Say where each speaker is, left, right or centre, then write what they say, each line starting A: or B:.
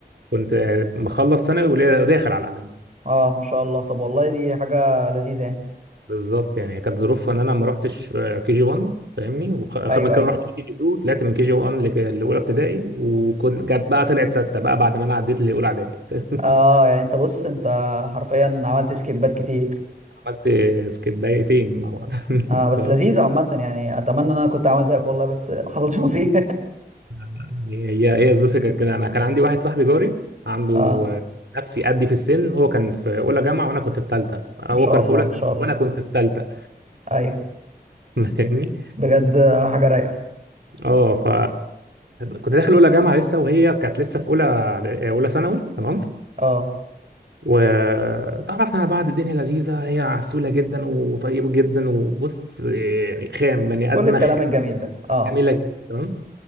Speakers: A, on the right; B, on the right.
A: كنت مخلص ثانوي ولا- وداخل على الجامعه
B: اه ما شاء الله طب والله دي حاجه لذيذه يعني
A: بالظبط يعني كانت ظروفها ان انا ما رحتش كي جي 1 فاهمني وخ-
B: ايوه
A: خ- ما كان-
B: ايوه
A: رحتش كي جي 2 طلعت من كي جي 1 لاولى ابتدائي وكنت جت بقى طلعت سته بقى بعد ما انا عديت لاولى اعدادي <laughs>
B: اه يعني انت بص انت حرفيا عملت سكيبات كتير
A: عملت سكيب دقيقتين مع بعض <laughs>
B: اه بس
A: طب،
B: لذيذ عامة يعني اتمنى ان انا كنت عامل زيك والله بس ما حصلش نصيب
A: يعني هي هي الظروف كانت كده انا كان عندي واحد صاحبي جاري عنده
B: <laughs> اه
A: آه، نفسي قدي في السن هو كان في اولى جامعه وانا كنت في ثالثه هو
B: ما شاء
A: كان
B: الله
A: في اولى
B: ما
A: ثانوي
B: شاء الله
A: وانا كنت في ثالثه
B: ايوه
A: <laughs> فاهمني
B: بجد آه، حاجة رايقة
A: اه ف كنت داخل اولى جامعه لسه وهي كانت لسه في اولى اولى ثانوي تمام
B: اه
A: وتعرفنا على بعض الدنيا لذيذه هي عسوله جدا وطيبه جدا وبص يعني خام بني
B: كل
A: ادمه
B: الكلام
A: خام-
B: الجميل ده اه
A: جميله جدا تمام